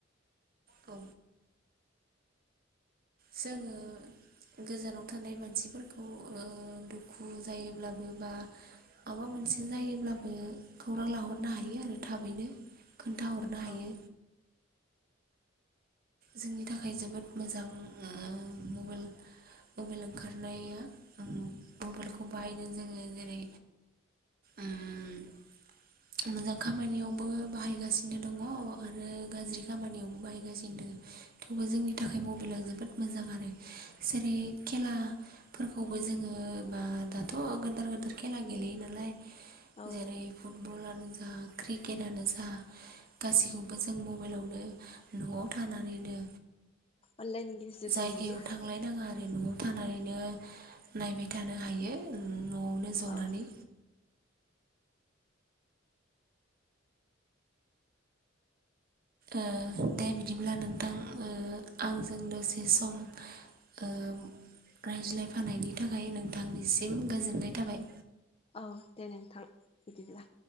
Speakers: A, on the right; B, on the left.
A: औ। जोङो। गोजानाव थानाय मानसिफोरखौ ओ दुखु जायोब्लाबो बा माबा मोनसे जायोब्लाबो खौरां लाहरनो हायो आरो थाबैनो। खोन्थाहरनो हायो।
B: औ
A: जोंनि थाखाय जोबोद मोजां ओ मबेल मबाइल ओंखारनाया उम मबाइलखौ बाहायनो जोङो जेरै, उम मोजां खामानियावबो बाहायगासिनो दं आरो गाज्रि खामानियावबो बाहायगासिनो दङ। थेवबो जोंनि थाखाय मबाइला जोबोद मोजां आरो जेरै खेला फोरखौबो जोङो बा दाथ' गोदेर गोदिर खेला गेलेयो नालाय
B: औ
A: जेरै, फुटबलानो, जा क्रिकेटनो, जा गासैखौबो जों मबाइलावनो न'आव थानानैनो
B: अनलाइननि गेजेरजों
A: जायगायाव
B: नुयो
A: थांलायनाङा आरो न'आव थानानैनो नायबाय थानो हायो न'आवनो ज'नानै
B: औ
A: ओ दे बिदिब्ला नोंथां आंजों दसे सम ओ रायज्लायफानायनि थाखाय नोंथांनिसिम गोजोननाय थाबाय।
B: औ दे नोंथां बिदिब्ला।